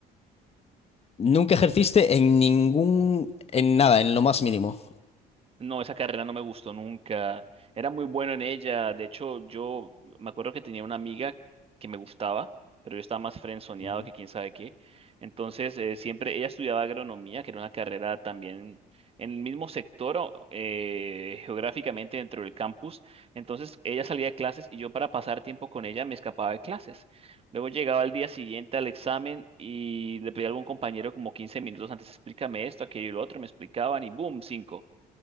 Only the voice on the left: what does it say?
Nunca ejerciste en ningún, en nada, en lo más mínimo.
Ujú,